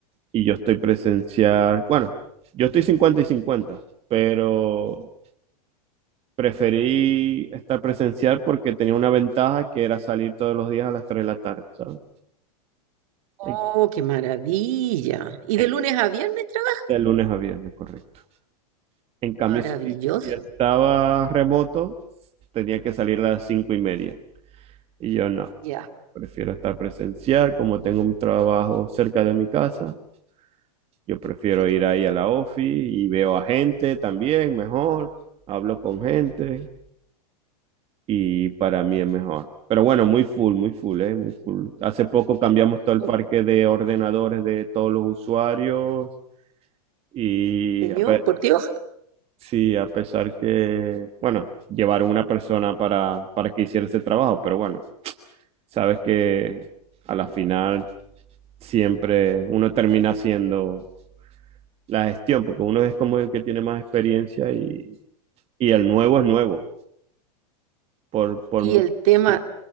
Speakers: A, on the right; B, on the right.
A: y yo estoy presencial, bueno, yo estoy 50 y cincuenta pero preferí estar presencial porque tenía una ventaja que era salir todos los días a las 3 de la tarde, ¿sabes?
B: Oh,
A: En-
B: qué maravilla. ¿Y
A: en-
B: de lunes a viernes trabajas?
A: De lunes a viernes, correcto. En cambio,
B: Maravilloso.
A: si, si estaba remoto, tenía que salir a las cinco y media. Y yo no.
B: Ya,
A: Prefiero estar presencial, como tengo un trabajo cerca de mi casa. Yo prefiero
B: excelente.
A: ir ahí a la ofi y veo a gente también, mejor. Hablo con gente y para mí es mejor. Pero bueno, muy full, muy full, eh, muy full. Hace poco cambiamos todo el
B: Oh,
A: parque de ordenadores de todos los usuarios y
B: señor,
A: a,
B: por Dios.
A: Sí, a pesar que, bueno, llevaron una persona para, para que hiciera ese trabajo, pero bueno, sabes que a la final siempre uno termina haciendo la gestión, porque uno es como el que tiene más experiencia y, y el nuevo es nuevo, por, por
B: Y
A: mucho,
B: el tema
A: sí,